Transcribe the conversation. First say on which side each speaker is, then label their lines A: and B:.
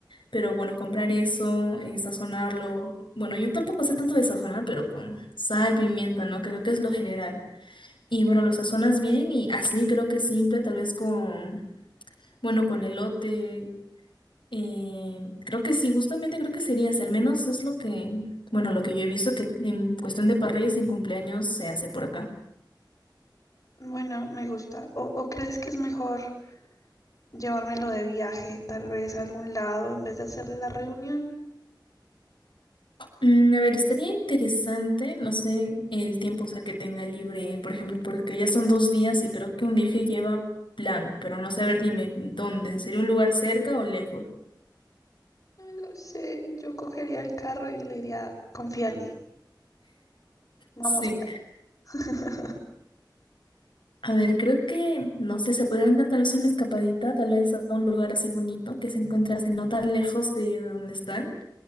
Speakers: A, on the left; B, on the left.
A: Pero bueno, comprar eso, eh, sazonarlo. Bueno, yo tampoco sé tanto de sazonar, pero con sal, pimienta, ¿no? Creo que es lo general. Y bueno, lo sazonas bien y así creo que es simple, tal vez con, bueno, con elote. eh, creo que sí, justamente creo que sería así. Al menos es lo que, bueno, lo que yo he visto que en cuestión de parrillas en cumpleaños se hace por acá.
B: Bueno, me gusta. ¿O, o crees que es mejor llevármelo de viaje, tal vez a algún lado, en vez de hacer la reunión?
A: Mm, a ver, estaría interesante, no sé, el tiempo, o sea, que tenga libre él, por ejemplo, porque ya son dos días y creo que un viaje lleva plan, pero no sé, a ver, dime, ¿dónde? ¿Sería un lugar cerca o lejos?
B: No lo sé. Yo cogería el carro y le diría, confía en mí. Vamos.
A: Sí.
B: <laughs>
A: A ver, creo que, no sé, se podrían dar tal vez una escapadita, tal vez a un lugar así bonito que se encuentra así no tan lejos de donde están.